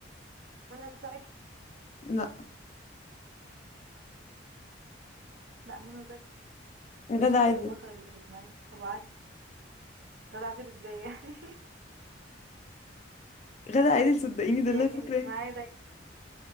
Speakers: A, on the right; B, on the left.
A: منى زكي
B: لا
A: لا منى زكي
B: غادة
A: هي
B: عادل
A: البطلة اللي كانت معايا ابو علي غادة عادل ازاي يعني
B: غادة عادل صدقيني
A: <laughs>
B: ده
A: هي
B: اللي انا
A: كانت
B: فاكراه
A: معايا ده